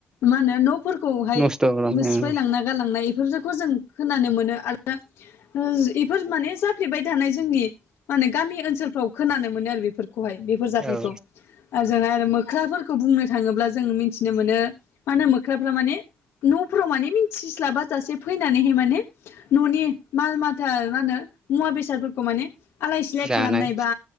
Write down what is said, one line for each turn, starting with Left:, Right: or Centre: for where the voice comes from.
Left: मा होनो न'फोरखौहाय
Right: नस्थ' खालामनाय
Left: सिफायलांना गालांनाय बेफोरखौ जों खोनानो मोनो आरो इफोर माने जाफ्लेबाय थानाय जोंनि माने गामि ओनसोलफ्राव खोनानो मोनो आरो बेफोर। खौहाय बेफोर जाथायखौ
Right: औ
Left: ओजोंहाय‌ आरो मोख्राफोर बुंनो थाङोब्ला जों मिथिनो मोनो मा होनो मोख्राफ्रा माने न'फोराव माने मिथिस्लाबाजासे फैनानैहाय माने न'नि माल माथा मा होनो मुवा बेसादफोरखौ माने आलाय सिलाय
Right: जानाय
Left: खालामनाय बा